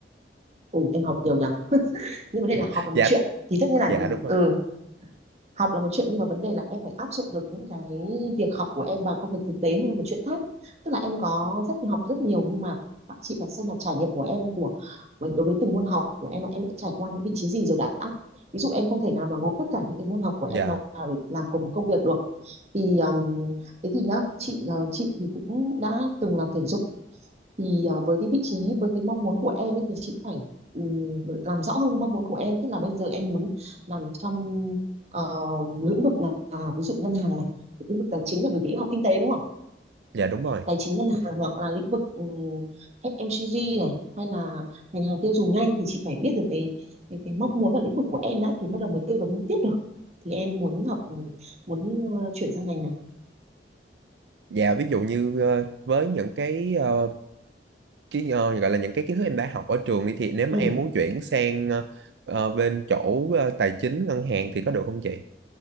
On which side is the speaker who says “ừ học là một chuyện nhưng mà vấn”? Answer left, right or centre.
Right